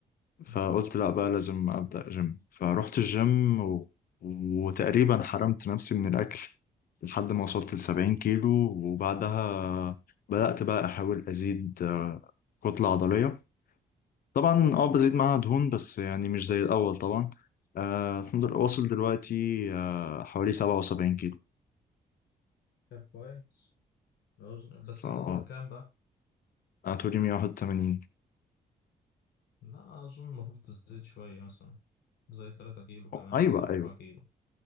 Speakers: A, on the left; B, on the left.
A: فقلت
B: مم.
A: لا بقى لازم أبدأ جيم فروحت الجيم و... وتقريبا حرمت نفسي من الأكل لحد ما وصلت لسبعين كيلو وبعدها بدأت بقى أحاول أزيد آه، كتلة عضلية طبعا
B: مم.
A: اه بزيد معاها دهون بس يعني مش زي الأول طبعا آه الحمد لله واصل دلوقتي آه حوالي سبعة وسبعين كيلو
B: طب كويس الوزن- بس
A: فا
B: أنت طولك
A: اه
B: كام بقى؟
A: أنا طولي مية واحد وتمانين
B: لا أظن المفروض تزيد شوية مثلا زي تلاتة كيلو كمان
A: أيوة
B: مثلا أو
A: أيوة
B: أربعة كيلو